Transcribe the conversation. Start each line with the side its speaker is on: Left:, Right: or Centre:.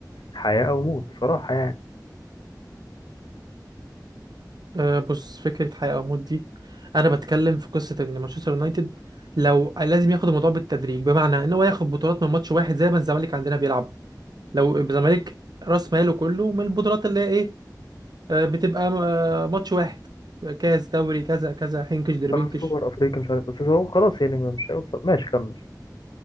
Left: حياة أو موت بصراحة يعني
Right: آه بص فكره حياه او موت دي انا بتكلم في قصه ان مانشستر يونايتد لو لازم ياخد الموضوع بالتدريج بمعنى ان هو ياخد بطولات من ماتش واحد زي ما الزمالك عندنا بيلعب لو الزمالك راس ماله كله من البطولات اللي هي ايه آه بتبقى م- آه ماتش واحد كاس دوري كذا كذا حنكش دربنكش
Left: آه، سوبر أفريقيا مش عارف بس هو خلاص يعني مش هيوصل ماشي كمل